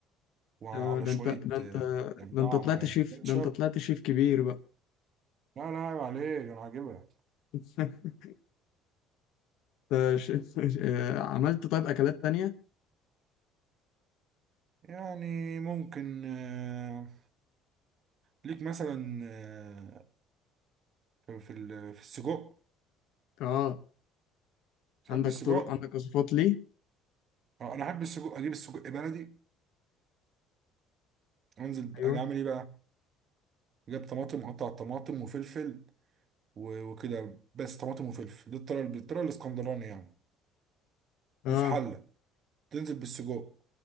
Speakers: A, on the right (about 35°); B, on the left (about 65°).
A: وعلى
B: اه ده
A: شوية
B: انت ده انت
A: آه، إبداع
B: ده انت طلعت
A: آه،
B: شيف
A: كاتشب
B: ده انت طلعت شيف كبير بقى
A: لا لا عيب عليك أنا عاجبها
B: <laughs> انت ش... ش- آه، عملت طيب اكلات تانية
A: يعني ممكن آه، ليك مثلا آه، في ال- في السجق
B: اه
A: تحب
B: عندك
A: السجق؟
B: طرق عندك وصفات ليه
A: آه، أنا أحب السجق أجيب السجق بلدي أنزل
B: ايوه
A: أجي أعمل إيه بقى؟ أجيب طماطم أقطع الطماطم وفلفل و- وكده بس طماطم وفلفل دي الطريقة بالطريقة الإسكندراني يعني
B: اه
A: وفي حلة تنزل بالسجق